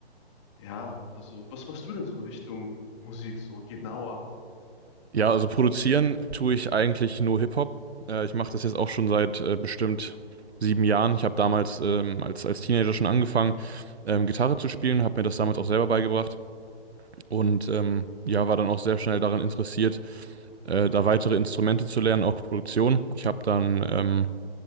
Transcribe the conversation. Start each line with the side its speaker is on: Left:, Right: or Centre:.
Left: Ja, also was machst du denn so in Richtung Musik so genauer?
Right: Ja, also produzieren tue ich eigentlich nur Hip-Hop. Äh, ich mache das jetzt auch schon seit äh, bestimmt sieben Jahren. Ich habe damals ähm, als, als Teenager schon angefangen, ähm, Gitarre zu spielen, habe mir das damals auch selber beigebracht und ähm, ja, war dann auch sehr schnell daran interessiert, äh, da weitere Instrumente zu lernen, auch Produktion. Ich habe dann ähm,